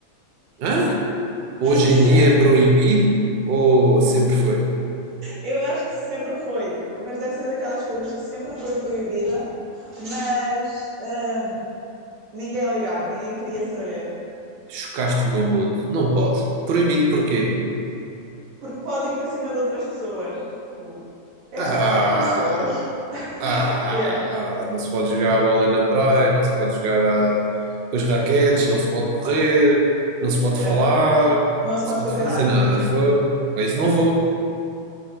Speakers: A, on the right (about 60°); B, on the right (about 75°).
A: Hã? Hoje
B: <laughs> Yeah.
A: em dia é proibido ou sempre foi?
B: Eu acho que sempre foi, mas deve ser daquelas coisas que sempre foi proibida, mas ah, ninguém ligava, ninguém queria saber,
A: Chocaste o meu mundo. Não pode. Proibido porquê?
B: porque pode ir para cima de outras pessoas. Tipo, é
A: Ah!
B: a praia, pessoas.
A: Ah,
B: Yeah,
A: ah, não se pode jogar a bola na praia, não se pode jogar a- com as raquetes, não se pode correr, não se pode
B: yeah.
A: falar, não
B: Não se
A: se
B: pode
A: pode
B: fazer
A: fazer
B: nada.
A: nada. Fogo. Para isso não vou.